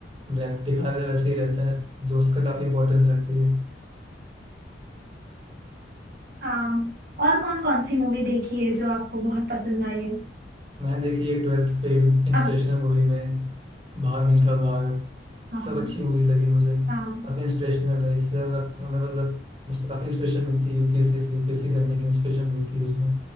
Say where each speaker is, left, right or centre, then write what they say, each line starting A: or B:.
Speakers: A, on the right; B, on the right.
A: रह, दिखा रहे वैसे ही रहता है दोस्त का काफी इंपॉर्टेंस रखती है
B: हाँ और कौन कौन सी मूवी देखी है जो आपको बहुत पसंद आई है
A: मैंने देखी है ट्वेल्थ फेल इंस्पिरेशनल
B: अब
A: मूवी में भाग मिल्खा भाग
B: हाँ
A: सब अच्छी मूवीज लगी मुझे
B: हाँ
A: काफ़ी इंस्पिरेशनल है इससे मतलब हमें मतलब उसमें काफ़ी इंस्पिरेशन मिलती है यूपीएससी से यूपीएससी करने की इंस्पिरेशन मिलती है उसमें